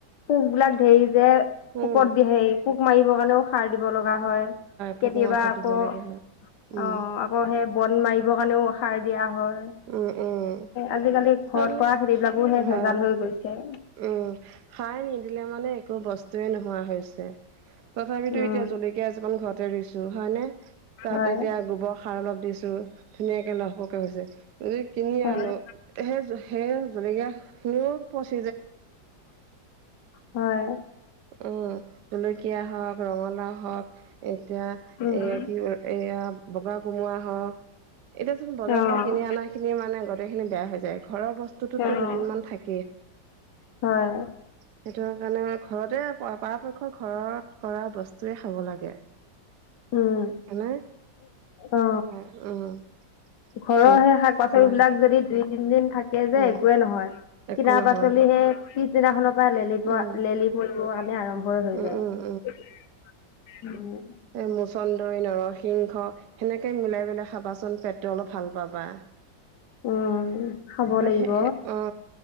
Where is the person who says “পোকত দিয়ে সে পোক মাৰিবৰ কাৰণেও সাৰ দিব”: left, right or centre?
Left